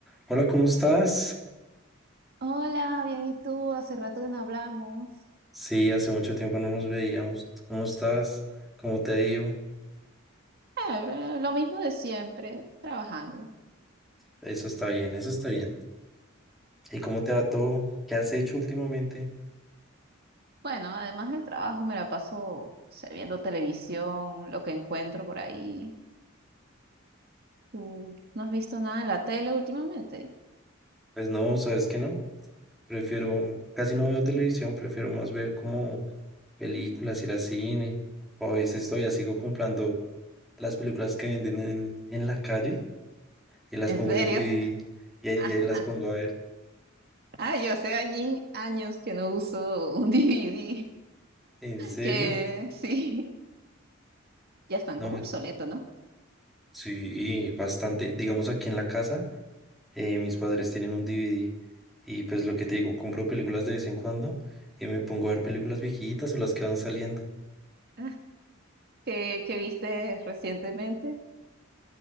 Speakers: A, in the centre; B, on the right (about 50°).
A: Hola, ¿cómo estás?
B: Hola, bien, ¿y tú? Hace rato que no hablamos.
A: Sí, hace mucho tiempo no nos veíamos. ¿Cómo estás? ¿Cómo te ha ido?
B: Eh, lo mismo de siempre, trabajando.
A: Eso está bien, eso está bien. ¿Y cómo te va todo? ¿Qué has hecho últimamente?
B: Bueno, además del trabajo me la paso, o sea, viendo televisión, lo que encuentro por ahí. ¿Tú no has visto nada en la tele últimamente?
A: Pues no, sabes que no. Prefiero, casi no veo televisión, prefiero más ver como películas, ir al cine. O a veces todavía sigo comprando las películas que venden en, en la calle y las
B: ¿En
A: pongo
B: serio?
A: en el DVD y ahí,
B: <laughs>
A: ahí las pongo a ver.
B: Ah, yo sé añi- años que no uso un <laughs> DVD,
A: ¿En serio?
B: que sí, ya están
A: No,
B: como obsoletos, ¿no?
A: sí, bastante. Digamos aquí en la casa. eh, mis padres tienen un DVD y pues lo que te digo, compro películas de vez en cuando y me pongo a ver películas viejitas o las que van saliendo.
B: Ah, ¿Qué, qué viste recientemente?